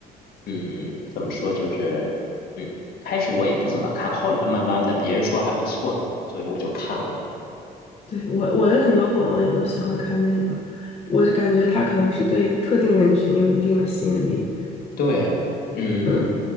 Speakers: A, on the left; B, on the left.
A: 嗯，怎么说就是，嗯，开始我也不怎么看，后来慢慢的别人说还不错，所以我就看了。
B: 对，我我的很多朋友也都喜欢看那个，我就感觉他可能是对特定人群有一定的吸引力。
A: 对，嗯，
B: 嗯，